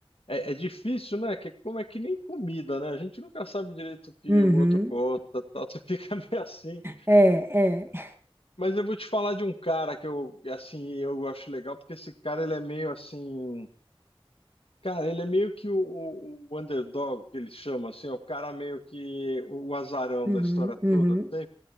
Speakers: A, on the left (about 75°); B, on the right (about 25°).
A: é, é difícil, né? Que, como é que nem comida, né? A gente nunca sabe direito o que
B: Uhum.
A: o outro gosta, tal. Você <laughs> fica meio assim.
B: É, é.
A: Mas eu vou te falar de um cara que eu, assim, eu acho legal, porque esse cara ele é meio assim Cara, ele é meio que o, o- o underdog que ele chama, assim, é o cara meio que o azarão
B: Uhum,
A: da história
B: uhum,
A: toda, assim.